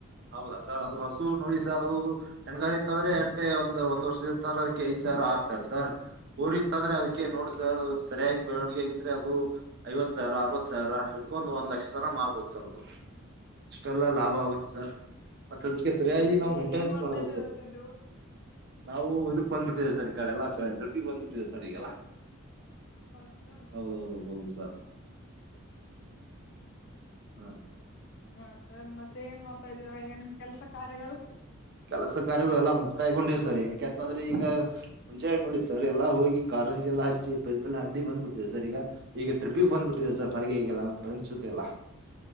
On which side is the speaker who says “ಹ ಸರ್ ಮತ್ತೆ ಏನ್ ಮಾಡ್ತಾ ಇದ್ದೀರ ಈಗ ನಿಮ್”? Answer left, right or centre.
Left